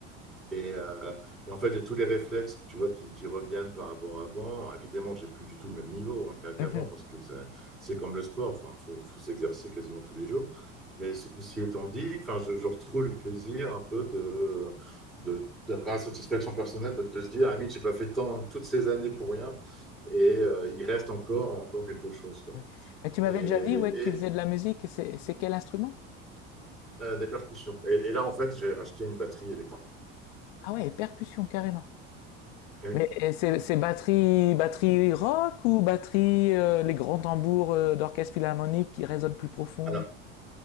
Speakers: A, in the centre; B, on the left.
A: Et, euh, et en fait, j'ai tous les réflexes, tu vois, qui, qui reviennent par rapport à avant. Évidemment, j'ai plus du tout le même niveau hein, qu'a- qu'avant,
B: Mhm.
A: parce que c'est c'est comme le sport, enfin, faut, faut s'exercer quasiment tous les jours. Mais ceci étant dit, enfin, je, je retrouve le plaisir un peu de, de- d'avoir la satisfaction personnelle de, de se dire, ah, je j'ai pas fait tant toutes ces années pour rien, et euh, il reste encore, encore quelque chose, quoi.
B: Ouais. Mais tu m'avais
A: Et,
B: déjà dit ouais,
A: et,
B: que tu faisais de la musique, et c'est c'est quel instrument?
A: euh, des percussions. Et, et là, en fait, j'ai racheté une batterie électrique.
B: Ah ouais, percussion, carrément.
A: Oui.
B: Mais et c'est c'est batterie, batterie rock ou batterie, euh, les grands tambours euh, d'orchestre philharmonique qui résonnent plus profond?
A: Alors,